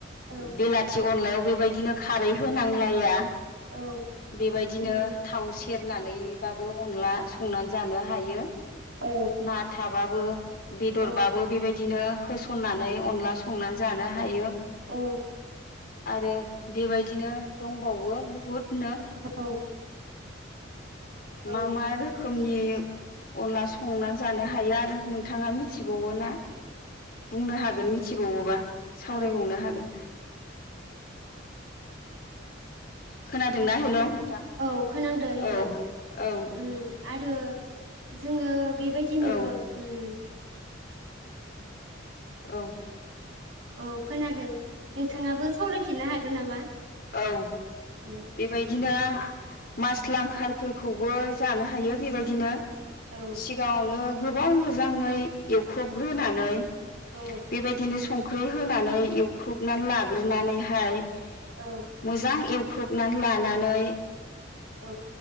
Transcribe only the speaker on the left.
बेलाथि अनलायाव बेबायदिनो खारै होनांलाया।
बेबायदिनो
थाव से सेरनानैबाबो अनला संनानै जानो हायो।
ना थाबाबो। बेदरबाबो
बेबायदि बिदिनो होसननानै अनला संनानै जानो हायो।
आरो बेबायदिनो दंबावो बुहुद नो
मा मा रो खोमनि अनला संना जानो हायो आरो नोंथाङा मिनथिबावोना? बुंनो हागोन मिथिबावोबा सावरायबावनो
हागोन। खोनादोंना हेल' नोंथां
औ औ
औ
औ‌
औ
बेबायदिनो मास लांखारफोरखौबो जानो हायो बेबायदिनो
सिगाङावनो गोबाव मोजाङै एवख्रबग्रोनानै
बेबायदिनो सं ख्रि होनानै एवख्रबनानै लाग्रोनानै हाय
मोजां एव ख्रबनानै लानानै